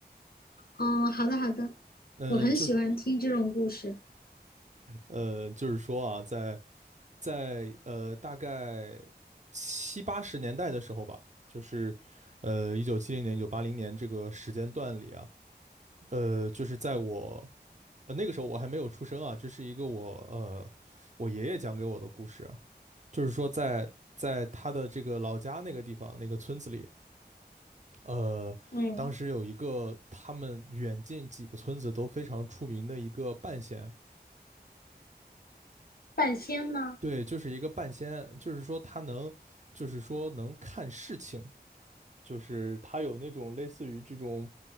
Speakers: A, on the left (about 60°); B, on the right (about 45°).
A: 嗯，好的好的，
B: 嗯，
A: 我很喜欢听这种故事。
B: 就是呃，就是说啊，在在呃大概七八十年代的时候吧，就是呃一九七零年、一九八零年这个时间段里啊。呃，就是在我呃那个时候我还没有出生啊，这是一个我呃我爷爷讲给我的故事啊，就是说在在他的这个老家那个地方那个村子里，呃，
A: 嗯，
B: 当时有一个他们远近几个村子都非常出名的一个半仙，
A: 半仙吗？
B: 对，就是一个半仙，就是说他能，就是说能看事情，就是他有那种类似于这种。